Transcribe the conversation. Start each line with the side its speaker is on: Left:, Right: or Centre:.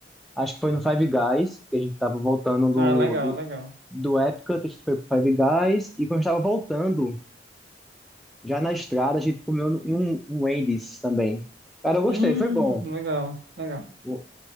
Centre: Acho que foi no Five Guys, que a gente tava voltando do,
Right: Ah, legal,
Centre: do,
Right: legal.
Centre: do Épica, a gente foi pro Five Guys. E quando a gente tava voltando, já na estrada, a gente comeu no- em um, um Wendy's também. Cara, eu gostei,
Right: Hum,
Centre: foi bom.
Right: legal, legal.
Centre: O-